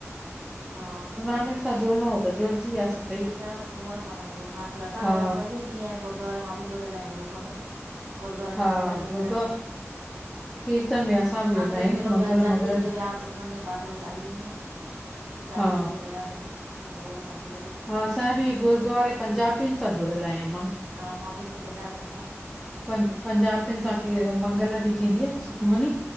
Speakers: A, on the right; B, in the centre.
A: हा
B: उन सां जुङनो हो, त जुड़जी वयासी।
A: ठीक आ न सुठो आ न पाण गुरु नानक सां असाबि
B: हा
A: मां ॿि वेंदी आहियां गुर गुरद्वारे मां बि जुड़्यल आहियां ग्रुप में, गुररुद्वारे में
B: हा
A: कीर्तन वीर्तन
B: गुरुद्वार
A: में
B: कीर्तन में असां बि वेंदा
A: अमृत
B: आहियूं
A: वेलो
B: मंगल
A: वया चालीहे
B: मंगल ॾींहुं।
A: ॾीह व्यास सुखमनी जो पाठ हुयो चालीह ॾीह त चालीह
B: हा
A: ॾींहं वयासीं सुबुह जो पंजे बजे
B: हा असां बि गुरुद्वारे पंजाबीन सां जुड़ियल आहियां मां
A: हा मां बि हिंय पंजाबियन सां
B: पंज पंजाबिन सां मंगल ॾींहुं थींदी आ सुखमनी